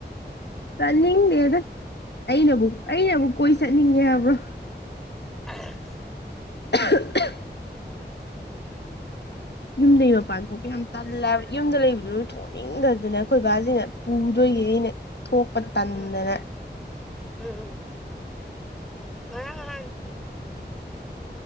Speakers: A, on the left; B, in the centre.
A: ꯆꯠꯅꯤꯡꯗꯦꯗ ꯑꯩꯅꯕꯨ ꯑꯩꯅꯕꯨ ꯀꯣꯏ ꯆꯠꯅꯤꯡꯉꯦ ꯍꯥꯏꯕ꯭ꯔꯣ?
B: <unintelligible>
A: <unintelligible> ꯌꯨꯝꯗꯒꯤꯩ ꯃꯄꯥꯟ ꯊꯣꯛꯄ ꯌꯥꯝ ꯇꯜꯂꯦ ꯍꯥꯏꯕ ꯌꯨꯝꯗ ꯂꯩꯕꯗꯨ ꯊ ꯊꯣꯛꯅꯤꯡꯗꯗꯅ ꯑꯩꯈꯣꯏ ꯕꯥꯁꯤꯅ ꯄꯨꯗꯣꯏꯌꯦ ꯑꯩꯅ ꯊꯣꯛꯄ ꯇꯟꯗꯅ
B: ꯎꯝ ꯎꯝ ꯎꯝ ꯉꯔꯥꯡ ꯅꯍꯥꯟ